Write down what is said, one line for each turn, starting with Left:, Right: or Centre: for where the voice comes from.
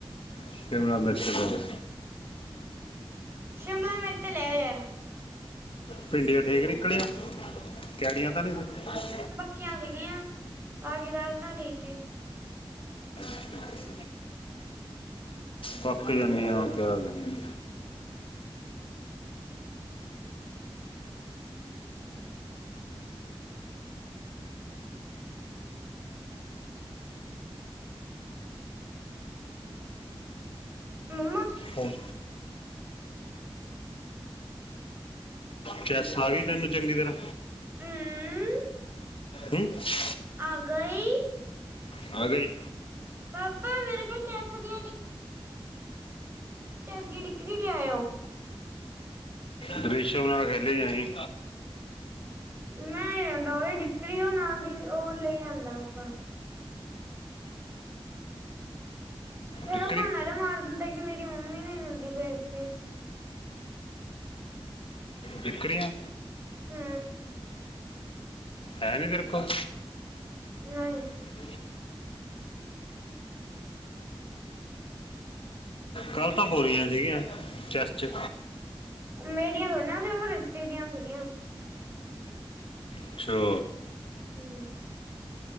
Left: ਸ਼ਿਮਲਾ ਮਿਰਚ ਲੈ ਲਓ।
Right: ਸ਼ਿਮਲਾ ਮਿਰਚ ਲੈ ਆਉ ਯਾਰ।
Left: ਭਿੰਡੀਆਂ ਠੀਕ ਨਿਕਲੀਆਂ ਕੈੜੀਆਂ ਤਾਂ ਨਹੀਂ ਸੀ।
Right: ਸੁਕੀਆਂ ਸੀਗੀਆ ਆ ਕੇ ਦਾਲ ਧਰੀ ਸੀ ਬ।
Left: ਸੀ ਥੱਕ ਜਾਨੇ ਆਂ ਕਿਆ ਕਰੀੇਏ।
Right: ਮੰਮਾ।
Left: ਹੁਣ ਚੈਸ ਆ ਗਈ ਤੈਨੂੰ ਚੰਗੀ ਤਰ੍ਹਾਂ।
Right: ਹੂੰਊਂ
Left: ਹਿੰਚ
Right: ਆ ਗਈ
Left: ਆ ਗਈ।
Right: ਪਾਪਾ ਮੇਰੇ ਕੋਲ ਚੈਸ ਦੀ ਟਿੱਕੀ। ਤੇ ਜਿੜੀਕੜੀ ਲਿਆਇਓ।
Left: ਗਿਰਿਸ਼ ਨਾਲ ਖੇਲੀ ਹੀ ਜਾਂਈ।
Right: ਮੈਂ ਨੀ ਰਹਿੰਦਾ ਉਹਦੀ ਡਿੱਕਰੀ ਔਹ ਨਾਲ ਦੀ ਔਹ ਲੇ ਆਂਦਾ ਉਪਰ। ਫੇਰ
Left: ਡਿਕਰੀ
Right: ਉਹ ਬਾਨਾ ਜਿਹਾ ਮਾਰ ਦਿੰਦਾ ਕਿ ਮੇਰੀ ਮੰਮੀ ਨੀ ਦਿੰਦੀ ਪਈ ਡਿਕਰੀ।
Left: ਡਿਕਰੀਆਂ।
Right: ਹੂੰ
Left: ਹੈ ਨੀ ਤੇਰੇ ਕੋਲ।
Right: ਨ‌ਈ।
Left: <inaudible> ਕੱਲ ਤਾਂ ਪੂਰੀਆ ਸੀਗੀਆਂ, ਚੈਸ ਚ।
Right: ਮੇਰੀਆਂ ਥੋੜੀਆਂ ਨਾ ਸੀ ਓ ਤਾਂ ਰੀਤੀ ਦੀਆਂ ਸੀਗੀਆਂ।
Left: ਅੱਛਾ।
Right: ਹੂੰ।